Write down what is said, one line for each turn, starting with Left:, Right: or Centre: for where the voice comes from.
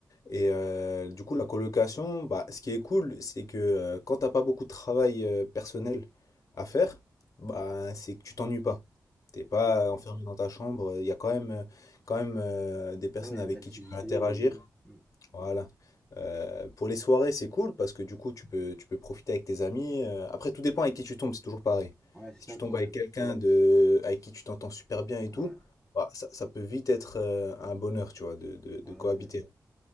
Left: Et euh, du coup, la colocation, bah, ce qui est cool, c'est que euh, quand t'as pas beaucoup de travail euh, personnel à faire, bah, c'est que tu t'ennuies pas. T'es pas
Centre: Ouais, ouais.
Left: enfermé dans ta chambre. Il y a quand même, euh, quand même euh, des personnes
Centre: Ouais, il
Left: avec
Centre: y a de l'activité
Left: qui tu peux interagir.
Centre: et tout. Hmm.
Left: Voilà. Euh, pour les soirées, c'est cool parce que du coup, tu peux, tu peux profiter avec tes amis. Euh, après, tout dépend avec qui tu tombes. C'est toujours pareil.
Centre: Ouais, c'est
Left: Si
Centre: ça
Left: tu
Centre: le
Left: tombes
Centre: problème.
Left: avec quelqu'un de, avec qui tu t'entends super bien et
Centre: Ouais.
Left: tout, bah, ça, ça peut vite être euh, un bonheur, tu vois, de, de de
Centre: Ouais,
Left: cohabiter.
Centre: ouais. ouais.